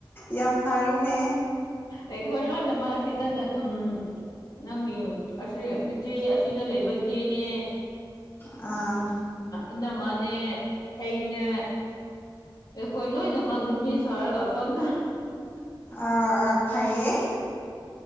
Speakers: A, on the left; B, on the left.
A: ꯌꯥꯝ ꯐꯔꯅꯦ
B: ꯑꯩꯈꯣ ꯂꯣꯟꯅ ꯃꯥ ꯁꯤꯗꯅ ꯎꯝ ꯅꯪꯒꯤ ꯑꯁꯤ ꯏꯆꯦ ꯑꯁꯤꯗ ꯂꯩꯕ ꯏꯆꯦꯅꯦ
A: ꯑꯝ
B: ꯏꯅꯃꯅꯦꯦ ꯑꯩ ꯏꯩꯅ ꯑꯩꯈꯣꯏ ꯂꯣꯏꯅꯃꯛ ꯅꯨꯄꯤ ꯁꯥꯔꯒ ꯐꯣꯟ ꯇꯧ
A: ꯑ ꯑ ꯐꯔꯌꯦ